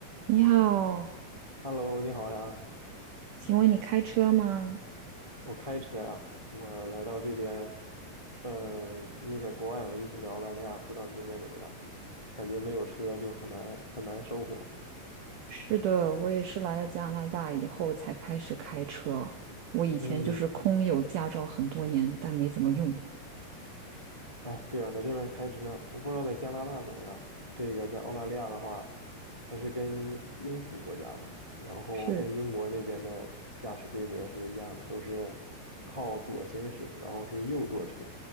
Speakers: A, on the right; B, on the left.
A: 你好，
B: Hello，你好呀，
A: 请问你开车吗？
B: 我开车呀，我来到这边，呃，因为在国外嘛，一直在澳大利亚，不知道那边怎么样，感觉没有车就很难很难生活。
A: 是的，我也是来了加拿大以后才开始开车。我以前就是空有驾照很多年，
B: 嗯，
A: 但没怎么用。
B: 哎，对啊，在这边开车，我不知道在加拿大怎么样。这个在澳大利亚的话，它是跟英属国家嘛，然后跟英国那边的驾驶规则是一样的，
A: 是，
B: 都是靠左行驶，然后是右舵车，